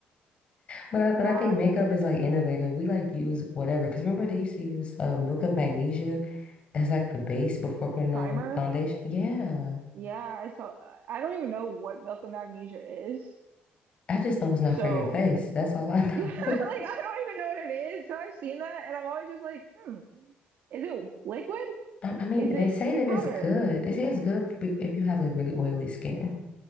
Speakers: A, on the left; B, on the right.
A: But I, but
B: Back
A: I think makeup is like innovative. We like use whatever. Because remember they used to use uh, milk of magnesia as like the base before putting
B: primer.
A: on foundation. Yeah,
B: Yeah, I saw. I don't even know what milk of magnesia is.
A: I just know it's not
B: So
A: for your face. That's all I
B: yeah, <laughs> like I
A: know.
B: don't even know what it is. So I've seen that, and I'm always just like, hmm, is it liquid?
A: <laughs> I, I mean,
B: Is
A: they
B: it
A: say that
B: powder?
A: it's good. They say it's good for, be- if you have like really oily skin.